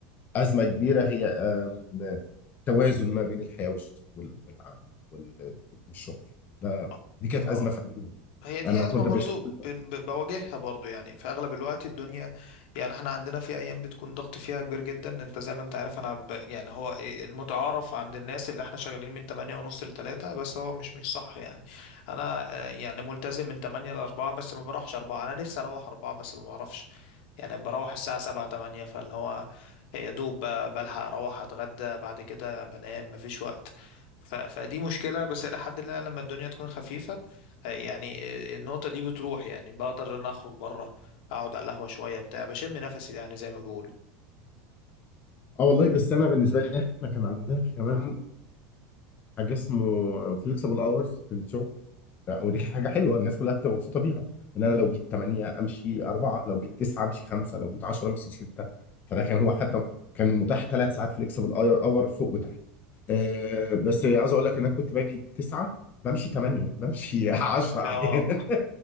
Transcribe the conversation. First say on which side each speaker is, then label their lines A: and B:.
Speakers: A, on the left (about 35°); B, on the left (about 70°).
A: ازمة كبيرة هي آم، توازن ما بين الحياة والش- وال- والعمل وال- والشغل ده
B: <laughs>
A: دي كانت
B: آه.
A: أزمة فنية
B: هي دي
A: انا كنت
B: أزمة برضو
A: بشتغل
B: بن- ب- بواجهها برضو يعني في أغلب الوقت الدنيا يعني احنا عندنا في أيام بتكون ضغط فيها كبير جدا انت زي ما انت عارف أنا ب يعني هو إيه، المتعارف عند الناس اللي احنا شغالين من 8 ونص ل 3 بس هو مش مش صح يعني أنا آه، يعني ملتزم من 8 ل 4 بس ما بروحش 4 أنا نفسي أروح 4 بس ما بعرفش يعني بروح الساعة 7 8 فاللي هو يا دوب ب- بلحق أروح أتغدى بعد كده بنام مفيش وقت ف... فدي مشكلة بس إلى حد ما لما الدنيا تكون خفيفة يعني النقطة دي بتروح يعني بقدر ان أنا اخرج بره اقعد على القهوة شوية بتاع بشم نفسي يعني زي ما بيقولوا
A: اه والله بس انا بالنسبه لي احنا كان عندنا كمان حاجه اسمه فليكسبل اورز في الشغل آه، ودي حاجه حلوه الناس كلها بتبقى مبسوطه بيها ان
B: مم.
A: انا لو جيت 8 امشي 4 لو جيت 9 امشي 5 لو جيت 10 امشي 6 فده
B: مم.
A: كان هو حتى كان متاح ثلاث ساعات فليكسبل اور فوق وتحت آه بس عاوز اقول لك ان انا كنت باجي 9 بمشي 8 بمشي <laughs> 10 احيانا
B: اه